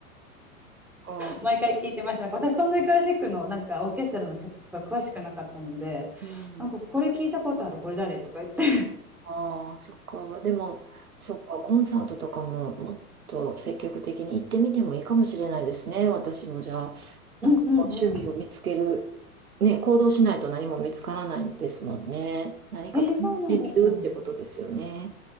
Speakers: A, on the right; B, in the centre.
A: そっか。
B: 毎回聞いてました。なんか私そんなにクラシックのなんかオーケストラの曲とか詳しくなかったので、
A: うん。
B: なんかこれ聞いたことある、これ誰とか言って
A: ああ、そっか。でも、そっか、コンサートとかももっと積極的に行ってみてもいいかもしれないですね。私もじゃあ、
B: うんうんう
A: なんかこう、趣味を見つける、ね、行動しないと何も見つからないですもんね。何かう試してみるってことですよね。
B: ん。えーそうなんですよね。